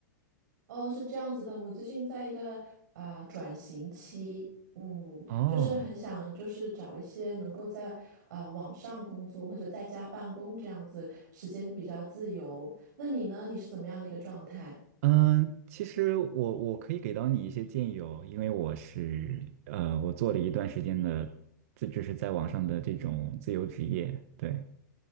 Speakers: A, on the right; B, on the right.
A: 哦，是这样子的，我最近在一个啊、呃转型期，嗯，
B: 哦，
A: 就是很想就是找一些能够在呃网上工作或者在家办公这样子，时间比较自由。那你呢？你是怎么样的一个状态？
B: 嗯，其实我我可以给到你一些建议哦，因为我是呃，我做了一段时间的，这就是在网上的这种自由职业，对，